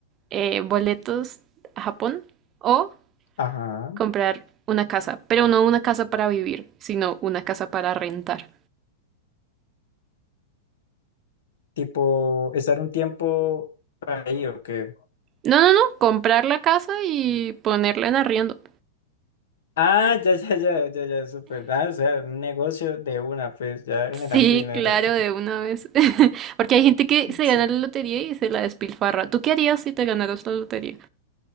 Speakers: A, on the right; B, on the left.
A: eh, boletos a Japón o
B: Ajá.
A: comprar una casa, pero no una casa para vivir, sino una casa para rentar.
B: Tipo, estar un tiempo ahí o qué.
A: No, no, no, comprar la casa y ponerla en arriendo.
B: Ah, ya, ya, ya, ya, ya, súper. Ah, o sea, un negocio de una, pues ya generando
A: Sí,
B: dinero.
A: claro, de una vez. <laughs> Porque hay gente que se
B: Sí.
A: gana la lotería y se la despilfarra. ¿Tú qué harías si te ganaras la lotería?